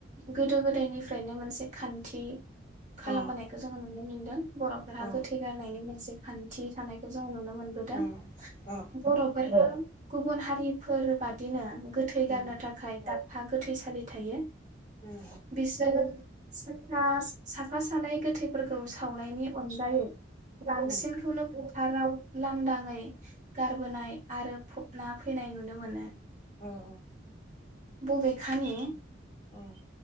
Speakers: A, on the right; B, on the left.
A: गोदो गोदायनिफ्रायनो मोनसे खान्थि खालामबोनायखौ
B: औ
A: जोङो नुनो मोनदों। बर'फोरा
B: औ
A: गोथै गारनायनि मोनसे खान थि थानायखौ जोङो नु नों मोनबोदों।
B: औ औ
A: बर' फोरहा गुबुन हारिफोर बादिनो गोथै
B: उम
A: गारनो थाखाय दाबफा गोथै सालि थायो।
B: उम उम
A: बिसोरो साखा साफा सानै गोथैफोरखौ सावनायनि अनगायै बांसिनखौनो
B: उम
A: फोथाराव लानदाङै गारबोनाय आरो फबना फैनाय नुनो मोनो।
B: औ औ
A: बबेखानि
B: औ